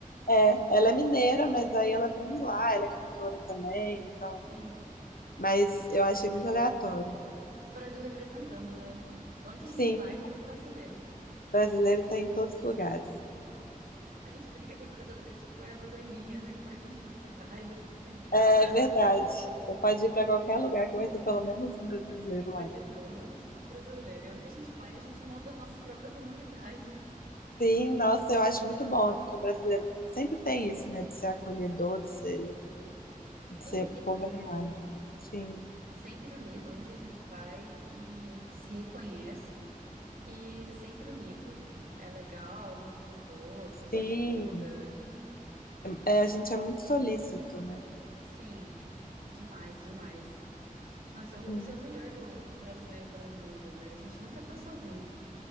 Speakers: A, on the left; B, on the right.
A: é, ela é mineira, mas aí ela vive lá, ela é cantora também, então.
B: Sim.
A: Mas eu achei muito aleatório.
B: Brasil representando, né? Onde a
A: Sim,
B: gente vai, tem um brasileiro.
A: brasileiro tem em todos os lugares.
B: A gente brinca que o brasileiro é tipo a erva daninha, não importa onde você vai, ele, ele tá
A: É
B: lá.
A: verdade. Você pode ir para qualquer lugar que vai ter pelo menos um brasileiro lá.
B: Vai ter pelo menos um brasileiro. E onde a gente vai, a gente monta as nossas próprias comunidades.
A: Sim, nossa, eu acho muito bom, porque o brasileiro sempre tem isso, né, de ser acolhedor, de ser, de
B: Unido,
A: ser povo
B: né?
A: animado. Sim,
B: Sempre unido, onde a gente vai e se reconhece e sempre unido. É legal uns com os outros,
A: sim.
B: ajuda.
A: É, é, a gente é muito solícito, né?
B: Sim, demais, demais. Não, isso é o,
A: Hum.
B: isso é o melhor do, do brasileiro pelo mundo, né? A gente nunca tá sozinho.